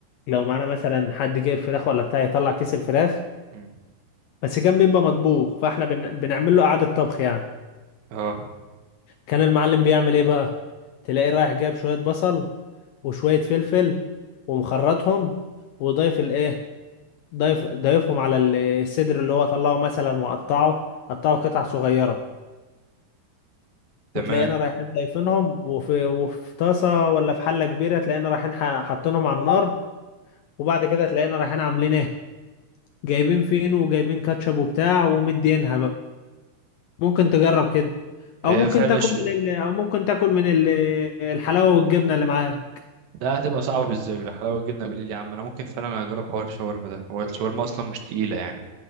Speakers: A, on the left; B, on the right.
A: لو معانا مثلا حد جايب فراخ ولا بتاع يطلع كيس الفراخ
B: مم.
A: بس كان بيبقى مطبوخ فاحنا بن... بنعمل له قعده طبخ يعني
B: اه
A: كان المعلم بيعمل ايه بقى تلاقيه رايح جايب شويه بصل وشويه فلفل ومخرطهم وضايف الايه ضيف ضيفهم على الصدر اللي هو طلعه مثلا وقطعه قطعه قطع صغيرة
B: تمام
A: وتلاقينا رايحين ضايفينهم وفي وفي طاسة ولا في حلة كبيرة تلاقينا رايحين ح- حاطينهم على النار وبعد كده تلاقينا رايحين عاملين ايه جايبين فينو وجايبين كاتشب وبتاع ومدينها بقى ممكن تجرب كده
B: هي
A: او ممكن
B: فعلا
A: تاكل من ال... او ممكن تاكل من ال... الحلاوة والجبنة اللي معاك
B: ده هتبقى صعبة بالذات حلاوة الجبنة بالليل يا عم انا ممكن فعلا اجرب حوار الشاورما ده هو الشاورما اصلا مش تقيلة يعني